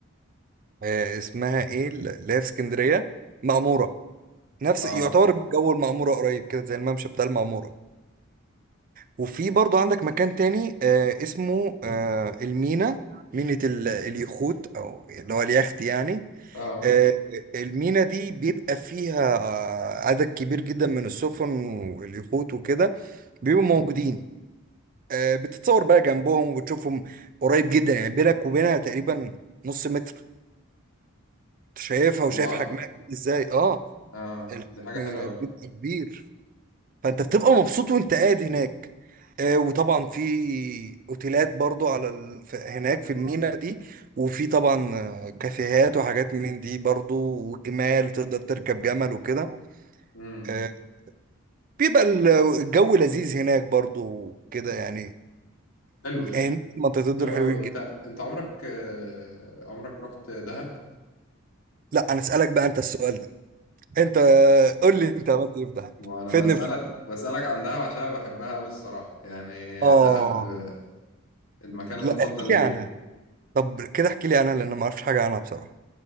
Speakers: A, on the right; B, on the left.
A: آه، اسمها ايه اللي هي في اسكندريه المعموره نفس
B: اه
A: يعتبر جو المعموره قريب كده زي الممشى بتاع المعموره وفي برضو عندك مكان تاني آه، اسمه آه، المينا مينة ال- اليخوت او اللي هو اليخت يعني
B: اه
A: آه، المينا دي بيبقى فيها آه، عدد كبير جدا من السفن واليخوت وكده بيبقوا موجودين آه، بتتصور بقى جنبهم وبتشوفهم قريب جدا يعني بينك وبينها تقريبا نص متر شايفها
B: والله
A: وشايف حجمها كبير ازاي اه
B: اه
A: الحجم
B: دي حاجه حلوه أوي.
A: بيبقى كبير فانت بتبقى مبسوط وانت قاعد هناك آه، وطبعا في اوتيلات برضو على ال... ف- هناك في المينا دي وفي طبعا آه، كافيهات وحاجات من دي برضو وجمال تقدر تركب جمل وكده
B: امم
A: آه، بيبقى ال- الجو لذيذ هناك برضو كده يعني
B: حلو
A: هناك منطقتين دول
B: حلو
A: حلوين
B: قوي انت
A: جدا
B: انت عمرك آه، عمرك رحت دهب
A: لا انا اسالك بقى انت السؤال ده انت قول لي انت عملت ايه في دهب
B: وانا
A: فدني
B: بسألك
A: بخير
B: بسألك عن دهب عشان بحبها قوي الصراحة يعني
A: اه
B: دهب آه، المكان المفضل
A: لا احكي
B: ليا
A: لي عنها طب كده احكي لي عنها لان أنا ما اعرفش حاجه عنها بصراحه